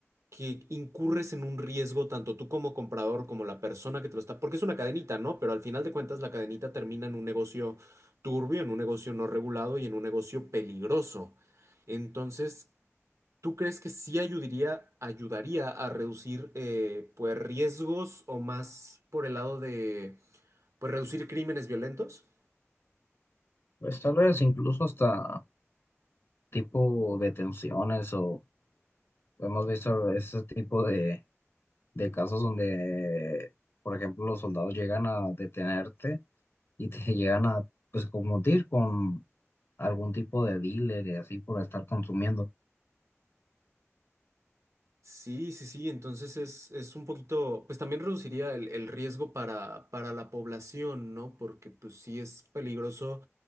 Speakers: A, on the right (about 80°); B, on the left (about 60°).
A: que incurres en un riesgo tanto tú como comprador como la persona que te lo está, porque es una cadenita, ¿no? Pero al final de cuentas la cadenita termina en un negocio turbio, en un negocio no regulado y en un negocio peligroso. Entonces, ¿tú crees que sí ayudaría, ayudaría a reducir eh, pues riesgos o más por el lado de pues reducir crímenes violentos?
B: Pues tal vez incluso hasta tipo detenciones o hemos visto ese tipo de, de casos donde, por ejemplo, los soldados llegan a detenerte y te <laughs> llegan a pues confundir con algún tipo de dealer y así por estar consumiendo.
A: Sí, sí, sí, entonces es, es un poquito, pues también reduciría el, el riesgo para, para la población, ¿no? Porque pues sí es peligroso